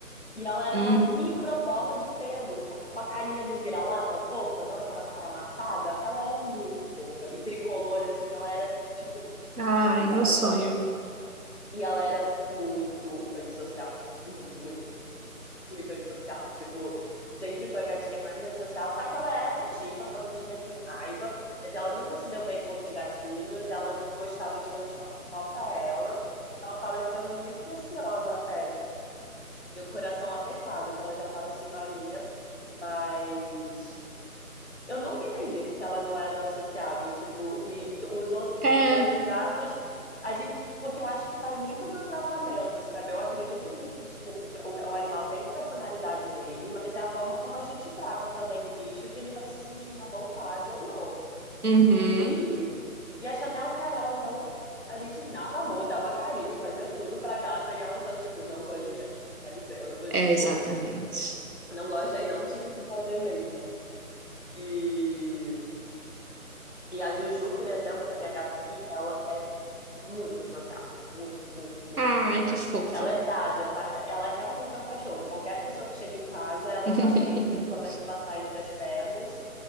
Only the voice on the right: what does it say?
Hum.
Ai,
meu sonho.
É.
Uhum.
É,
exatamente.
Ai,
que fofa.
<laughs>